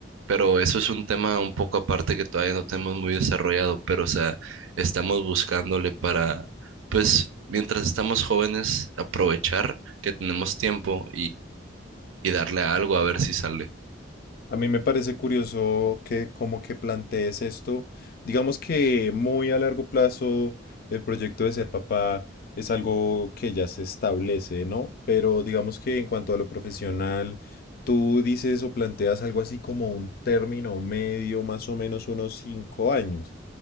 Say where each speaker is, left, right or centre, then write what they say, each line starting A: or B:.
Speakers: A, on the right; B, on the left.
A: pero eso es un tema un poco aparte que todavía no tenemos muy desarrollado, pero o sea, estamos buscándole para, pues, mientras estamos jóvenes, aprovechar que tenemos tiempo y darle a algo a ver si sale.
B: A mí me parece curioso que como que plantees esto. Digamos que muy a largo plazo el proyecto de ser papá es algo que ya se establece, ¿no? Pero digamos que en cuanto a lo profesional, tú dices o planteas algo así como un término medio, más o menos unos cinco años.